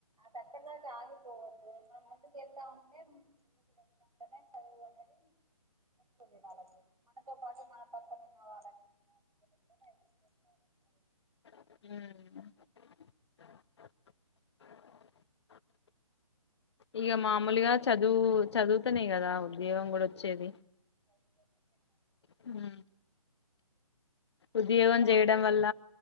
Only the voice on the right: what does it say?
అట్టంగా ఆగిపోవద్దు మన ముందుకు వెళ్తా ఉంటే అంటనే చదువు అన్నది వస్తుంది వాళ్ళకి మనతో పాటు మన పక్కన ఉన్న వాళ్ళకి మన పిల్లలు కూడా నేర్పిస్తూ ఉండాలి చదువు
చదువుతోనే జ్ఞానం వస్తుంది
ఇప్పుడు
కాంపిటీషన్